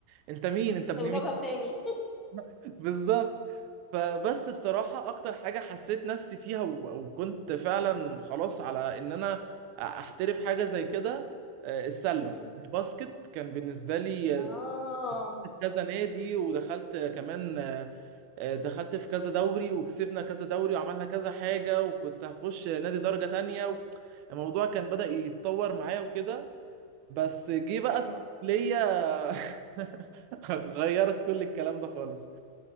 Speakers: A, on the right (about 45°); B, on the left (about 20°).
A: انت مين انت ابن
B: ده من كوكب
A: مين
B: تاني
A: <laughs> بالظبط فبس بصراحة اكتر حاجة حسيت نفسي فيها و- وكنت فعلا خلاص على ان انا احترف حاجة زي كده آه، السلة
B: مم.
A: باسكت كان بالنسبة لي
B: اه
A: آه، في كذا نادي ودخلت كمان آه، آه، دخلت في كذا دوري وكسبنا كذا دوري وعملنا كذا حاجة وكنت هخش نادي درجة تانية و- الموضوع كان بدأ يتطور معايا وكده بس جه بقى
B: ايوه
A: ليا <laughs> غيرت كل الكلام ده خالص